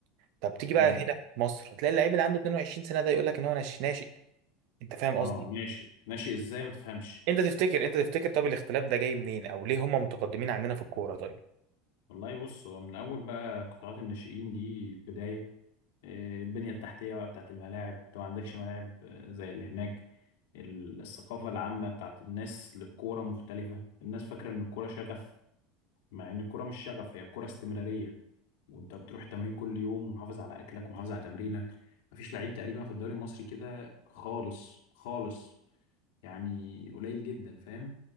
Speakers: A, on the right (about 65°); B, on the left (about 75°).
A: طب تيجي بقى
B: امم
A: هنا في مصر هتلاقي اللعيب اللي عنده 22 سنه ده يقول لك ان هو ناش- ناشئ انت فاهم
B: اه
A: قصدي
B: ناشئ ناشئ ازاي ما تفهمش
A: انت تفتكر انت تفتكر طب الاختلاف ده جاي منين او ليه هم متقدمين عندنا في الكوره طيب
B: والله بص هو من اول بقى قطاعات الناشئين دي البداية آه، البنية التحتية بقى بتاعت الملاعب انت ما عندكش ملاعب آه، زي اللي هناك ال- الثقافة العامة بتاعت الناس للكورة مختلفة الناس فاكرة ان الكورة شغف مع ان الكورة مش شغف هي الكورة استمرارية وانت بتروح التمرين كل يوم ومحافظ على اكلك ومحافظ على تمرينك مفيش لعيب تقريبا في الدوري المصري كده خالص خالص يعني قليل جدا فاهم